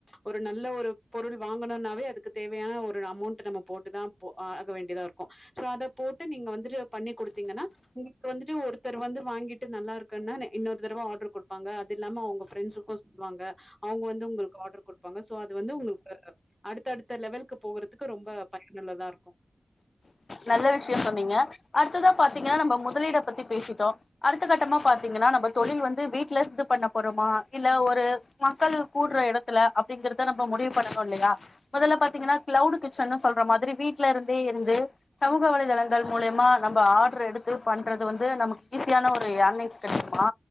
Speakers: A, in the centre; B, on the left.
A: ஒரு நல்ல ஒரு பொருள் வாங்கணும்னாவே அதுக்கு தேவையான ஒரு அமௌண்ட் நம்ம போட்டுதான் ப்போ ஆக வேண்டியதா இருக்கூ சோ அத போட்டு நீங்க வந்துட்டு பண்ணி கொடுத்தீங்கன்னா உங்களுக்கு வந்துட்டு ஒரு த்தர் வந்து வாங்கிட்டு நல்லா இருக்குன்னா இன்னொரு தடவை ஆர்டரு கொடுப்பாங்க ஒருத்தர் வந்து வாங்கிட்டு நல்லா இருக்குன்னா இன்னெரு தடவ ‌ஆடர் குடுப்பாங்க ‌அதில்லாம அவங்க ஃப்ரெண்ட்ஸூக்கூ சொல்லுவாங்க அவங்க வந்து உங்களுக்கு ஆர்டர் குடுப்பாங்க சோ அது வந்து உங்கள்க்கு அடுத் தடுத்த லெவலுக்கு போகறதுக்கு ரொம்ப பயன்ள்ளதா இருக்கூ
B: நல்ல விஷயோ சென்னீங்க அடுத்ததா பாத்தீங்கன்னா நம்ம முதலீட பத்தி பேசிட்டோ அடுத்த கட்டமா பாத்தீங்கன்னா நம்ம தொழில் வந்து வீட்ல இருந்து பண்ண போறோமா இல்ல ஒரு மக்கள் கூட்ற எடத்துல அப்படிங்கறத நம்ம முடிவு பண்ணனோ இல்லயா முதல்ல பாத்தீங்கன்னா கிளவுடு கிச்சன்னு சொல்ற மாதிரி வீட்டுல இருந்தே இருந்து சமூக வலைதளங்கள் மூலியமா நம்ம ஆர்டர் எடுத்து பண்றது வந்து நமக்கு ஈஸியான ஒரு ஏர்னிங்ஸ் கிடைக்குமா